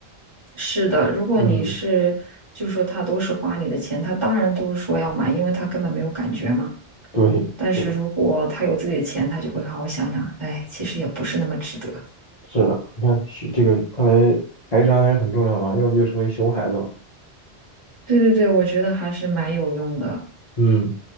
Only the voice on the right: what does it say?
是的。如果你是，
就是说他都是花你的钱，他当然都是说要买，因为他根本没有感觉嘛。
但是如果他有自己的钱，
他就会好好想想，哎，其实也不是那么值得。
对对对，我觉得还是蛮有用的。